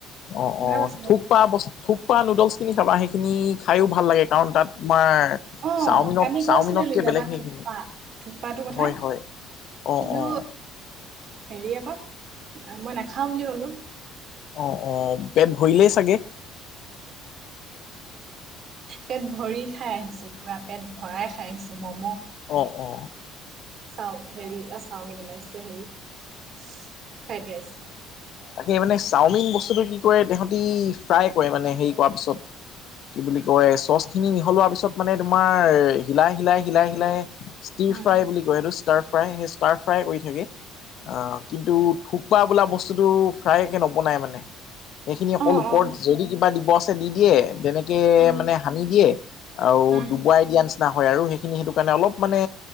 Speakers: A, on the left; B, on the right.
A: অ
B: ভাল
A: অ
B: আছিলে।
A: থোক পা থুপা নুডলচ খিনি খাবা সেইখিনি খাইো ভাল লাগে কাৰণ তাত তোমাৰ
B: আহ
A: চাওমিনত
B: কানি
A: চাওমিনতকে
B: কৈছিলিজাবা
A: বেলেগ সেইখিনি
B: থোপ্পা থোপ্পাটো কথা
A: হয় হয় অ
B: কিন্তু
A: অ
B: হেৰি আকৌ মই নাখাওঁ বুলি কলো
A: অ অ পেট ভৰিলেই চাগে
B: পেট ভৰি খাই আহিছে চোপুৰা পেট ভৰাই খাইছোঁ ম'ম'
A: অ অ
B: চাও হেৰি অ চাওমিন ওলাইছে হেৰি ফ্ৰাইড ৰাইচ
A: তাকে মানে চাওমিন বস্তুটো কি কৰে তহঁতি ফ্ৰাই কৰে মানে হেৰি কৰা পিছত কি বুলি কয় চচ খিনি মিহলোৱা পিছত মানে তোমাৰ হিলাই হিলাই হিলাই হিলাই ষ্টি
B: উম,
A: ফ্ৰাই বুলি কয়টো ষ্টাৰ ষ্টাৰ ফ্ৰাই কৰি থাকে অ কিন্তু থোপ্পা বোলা বস্তু বস্তুটো ফাই একে নবনাই মানে সেইখিনি অকল
B: অ',
A: ওপৰত
B: অ',
A: যদি কিবা দিব আছে দি দিয়ে তেনেকে
B: উম,
A: মানে সানি দিয়ে আৰু
B: উম,
A: ডুবুৱাই দিয়া নিচিনা হয় আৰু সেই খিনি সেইটো কাৰণে অলপ মানে